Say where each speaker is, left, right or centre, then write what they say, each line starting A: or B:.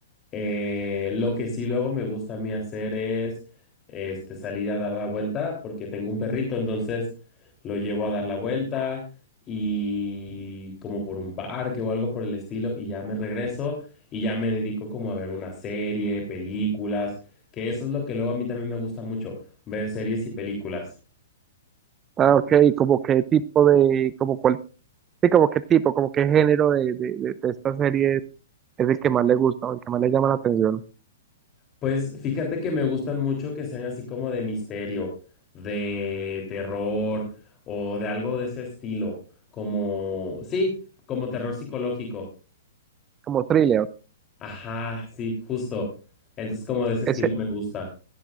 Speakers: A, on the left; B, on the right.
A: Eh, lo que sí luego me gusta a mí hacer es este, salir a dar la vuelta porque tengo un perrito, entonces lo llevo a dar la vuelta y como por un parque o algo por el estilo y ya me regreso y ya me dedico como a ver una serie, películas, que eso es lo que luego a mí también me gusta mucho, ver series y películas.
B: Ah, ok, ¿y como qué tipo de, como cuál, sí, como qué tipo, como qué género de, de, de, de esta serie es, es el que más le gusta o el que más le llama la atención?
A: Pues fíjate que me gustan mucho que sean así como de misterio, de terror o de algo de ese estilo, como, sí, como terror psicológico.
B: Como thriller.
A: Ajá, sí, justo. Entonces como de ese estilo
B: Ese,
A: me gusta.